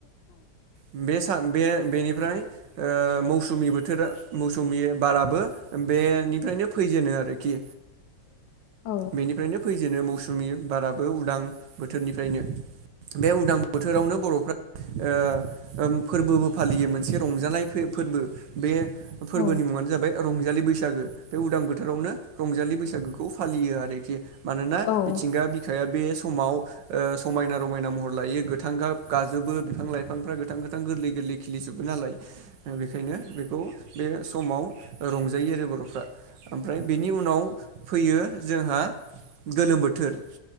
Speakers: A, on the right; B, on the left.
A: बे सान बे बेनिफ्राय ओ मौसुमि बोथोरा मौसुमि बाराबो बे निफ्राय फैजेनो आरोखि
B: ओ
A: बेनिफ्रायनो फैजेनो मौसुमि बाराबो उदां बोथोरनिफ्रायनो बे उदां बोथोरावनो बरफ्रा ओ फोरबोबो फालियो मोनसे रंजानाय फोरबो बे फोरबोनि
B: औ
A: मुङानो जाबाय रंजालि बैसागो बे उदां बोथोरावनो रंजालि बैसागोखौ फालियो आरोखि मानोना
B: औ
A: मिथिंगा बिखाया बे समाव ओ समायना रमायना म हर लायो गोथां गाब गाजोबो बिफां लाइफांफ्रा गोथां गोथां गोरलै गोरलै खिलिजोबो नालाय बेखायनो बेखौ बे समाव रंजायो आरो बरफ्रा ओमफ्राय बेनि उनाव फैयो जोंहा गोलोम बोथोर